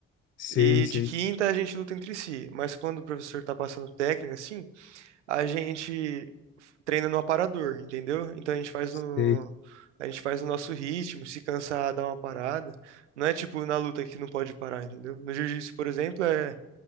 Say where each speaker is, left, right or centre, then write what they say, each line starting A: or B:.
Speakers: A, on the left; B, on the right.
A: Sei,
B: E
A: sei,
B: de quinta a gente luta entre si. Mas quando o professor tá passando técnica, assim, a gente treina no aparador, entendeu? Então a gente faz
A: sei.
B: no. A gente faz o nosso ritmo, se cansar, dá uma parada. Não é tipo na luta que não pode parar, entendeu? No jiu-jitsu, por exemplo, é,